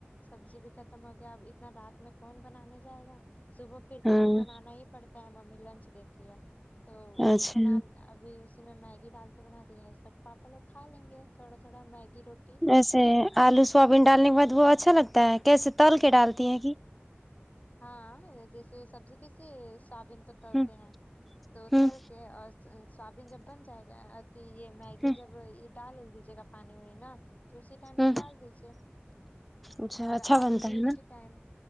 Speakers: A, on the left (about 35°); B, in the centre.
A: سبزی بھی ختم ہوگیا اب اتنا رات میں کون بنانے جائے گا صبح پھر
B: ہاں
A: ترنت بنانا ہی پڑتا ہے ممی لنچ دیتی ہے تو
B: اچھا
A: بنا ابھی اسی میں میگی ڈال کے بنا دی ہیں سب پاپا لوگ کھا لیں گے تھوڑا تھوڑا میگی روٹی
B: ویسے آلو سویابین ڈالنے کے بعد وہ اچھا لگتا ہے کیسے تل
A: ہ
B: کے ڈالتی ہے کہ
A: ہاں جیسے سبزی کیسے سویابین کو تل
B: ہوں
A: تے ہیں تو
B: ہوں
A: تل اور سویابین جب بن جائے گا تو یہ میگی
B: ہوں
A: جب یہ ڈال دیجیے گا پانی وانی نہا تو اسی ٹائم
B: ہوں
A: آپ ڈال دیجیے
B: اچھا
A: اور
B: اچھا
A: آلو
B: بنتا
A: بھی
B: ہے
A: اسی
B: نا
A: ٹائم